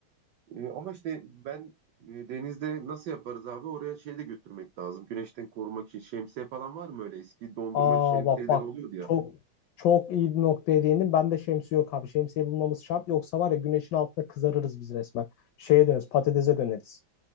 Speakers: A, on the right; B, on the left.
A: Ee, ama işte ben e, denizde nasıl yaparız abi? Oraya şey de götürmek lazım. Güneşten korumak için şemsiye falan var mı öyle? Eski dondurmacı
B: Aa
A: şemsiyeleri
B: bak bak
A: oluyordu ya.
B: çok çok iyi bir noktaya değindin. Ben de şemsiye yok abi. Şemsiye bulmamız şart. Yoksa var ya güneşin altında kızarırız biz resmen. Şeye döneriz, patatese döneriz.